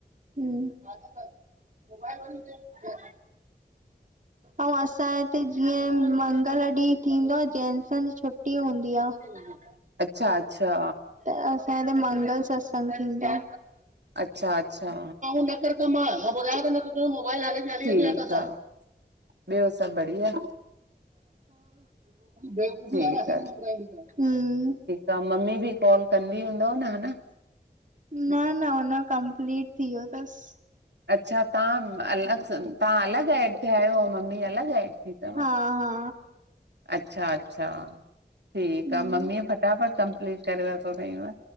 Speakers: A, on the right; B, on the right.
A: मोबाइल व-
B: <inaudible>
A: अ असांजे हिते जीअं मंगल ॾींहुं थींदो आ, जेन्सन जी छुट्टी हूंदी आ। हम
B: अच्छा अच्छा।
A: त असांजे हिते मंगल सत्संग थींदो आ।
B: अच्छा अच्छा
A: न कर कमु आ मां ॿुधाययो त न तंहिंजो मोबाइल हले हली
B: ठीकु
A: अच अथां सां।
B: आहे ॿियो सभु बढ़िया
A: बेकूफी
B: ठीकु
A: आसांके न पंदी हम्म।
B: त मम्मी बि कॉल कंदी हूंदव न ह न?
A: न न, हुन जो कमपलीट थी वियो थसि।
B: अच्छा तव्हां अलॻि सां, तव्हां अलॻि एड थिया आहियो ऐं मम्मी अलॻि हेड थी आ।
A: हा हा
B: अच्छा, अच्छा। ठीकु
A: हम्म
B: आ मम्मी फटाफट कंप्लीट करे वरठो अयव।